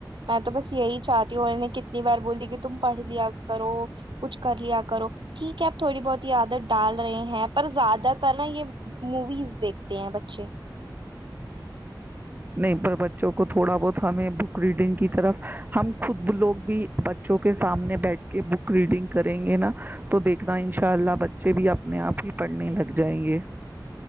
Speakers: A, on the right; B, on the right.
A: میں تو بس یہی چاہتی ہوں انہوں نے کتنی بار بول دی کہ تم پڑھ لیا کرو کچھ کر لیا کرو ٹھیک ہے اب تھوڑی بہت ہی عادت ڈال رہے ہیں پر زیادہ تر نا یہ موویز دیکھتے ہیں بچے
B: نہیں پر بچوں کو تھوڑا بہت ہمیں بک ریڈنگ کی طرف ہم خود لوگ بھی بچوں کے سامنے بیٹھ کے بک ریڈنگ کریں گے نا تو دیکھنا ان شاء اللہ بچے بھی اپنے آپ ہی پڑھنے لگ جائیں گے